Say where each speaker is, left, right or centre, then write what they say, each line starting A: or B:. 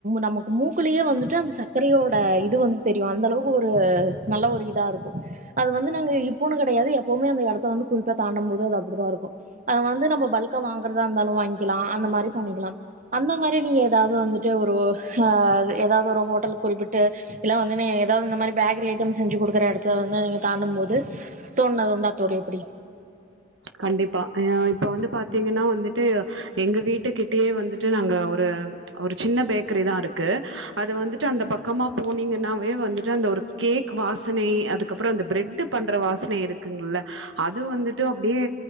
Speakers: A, on the right; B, on the right.
A: நமக்கு மூக்குலயே வந்துட்டு அந்த சர்க்கரையோட இது வந் தெரியு அந்த அளவுக்கு ஒரு நல்ல ஒரு இதா இருக்கு அது வந்து நாங்க இப்போன்னு கெடையாது எப்பவுமே அந்த எடத்த வந்து குறிப்பா தாண்டம்போது அது அப்டிதா இருக்கு அத வந்து நம்ம பல்கா வாங்கறதா இருந்தாலு வாங்க்லா அந்த மாரி பண்ணிக்லா அந்த மாரி நீங்க ஏதாவது வந்துட்டு ஒரு அ ஏதாவது ஒரு ஹோட்டல் குறிப்பிட்டு இலா வந்துட்னே ஏதாவது இந்த மாரி பேக்கரி ஐட்டம் செஞ்சு குடுக்குற எடத்தல வந்து நீங்க தாண்டம் போது தோண்ட்னது உண்டா தோழி அப்டி
B: கண்டிப்பா அ இப்ப வந்து பாத்தீங்கன்னா வந்துட்டு எங்க வீட்டுக்கிட்டயே வந்துட்டு நாங்க ஒரு ஒரு சின்ன பேக்கரி தா இருக்கு அது வந்துட்டு அந்த பக்கமா போனீங்கன்னாவே வந்துட்டு அந்த ஒரு கேக் வாசனை அதுக்கப்புறோ அந்த ப்ரெட் பண்ற வாசனை இருக்குங்குல்ல அது வந்துட்டு அப்டியே